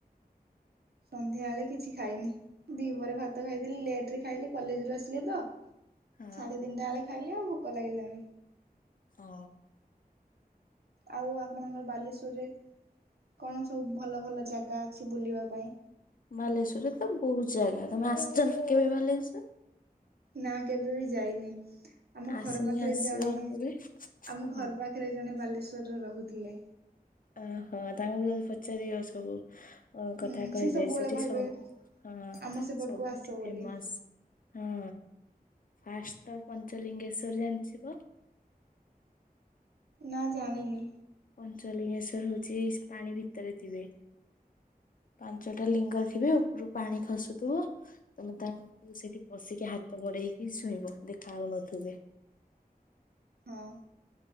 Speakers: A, on the right (about 90°); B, on the left (about 60°).
A: ସନ୍ଧ୍ୟା ଏଳେ କିଛି ଖାଇନି। ଦିପହରେ ଭାତ ଖାଇଥିଲି। ଲେଟରେ ଖାଇଲି, କଲେଜ ରୁ ଆସିଲି ତ!
B: ହଁ
A: ସାଢେ ତିନିଟା ଏଳେ ଖାଇଲି ଆଉ, ଭୋକ ଲାଗିଲାନି।
B: ଅଁ।
A: ଆଉ ଆପଣଙ୍କର ବାଲେଶ୍ଵରରେ, କଣ ସବୁ ଭଲ ଭଲ ଜାଗା ଅଛି ବୁଲିବା ପାଇଁ?
B: ବାଲେଶ୍ଵରରେ ତ ବହୁତ୍ ଜାଗା। ତମେ ଆସ୍ଚ ନା କେବେ ବାଲେଶ୍ଵର?
A: ନା କେବେ ବି ଯାଇନି ଆମ ଘର
B: ଆସିନି
A: ପାଖରେ
B: ଆସିବ
A: ଜଣେ
B: କେବେ
A: ଆମ
B: ହୁଁ
A: ଘର ପା ଖରେ ଜଣେ ବାଲେଶ୍ୱରରେ ରହୁଥିଲେ।
B: ଓହୋ ତାଙ୍କର ପଚାରିବ ସବୁ। ଅ କଥା
A: ହୁଁ
B: କହିବେ
A: ସେ ସବୁବେଳେ
B: ସେଠି
A: କହିବେ
B: ସବୁ ହଁ
A: ଆମ ସେପଟକୁ
B: ସବୁଠି
A: ଆସ ବୋଲି।
B: ଫେମସ ହଁ ଫାଷ୍ଟ ତ ପଞ୍ଚଲିଙ୍ଗେଶ୍ଵର ଜାଣିିଥିବ।
A: ନା ଜାଣିିନି।
B: ପଞ୍ଚଲିଙ୍ଗେଶ୍ଵର ହଉଛି ପାଣି ଭିତରେ ଥିବେ। ପାଞ୍ଚଟା ଲିଙ୍ଗ ଥିବ ଉପରୁ ପାଣି ଖସୁଥିବ। ତମେ ତାଙ୍କୁ ସେଠି ପଶିକି ହାତ ବଢେଇକି ଛୁଇଁବ ଦେଖା ହଉନଥିବେ।
A: ହଁ।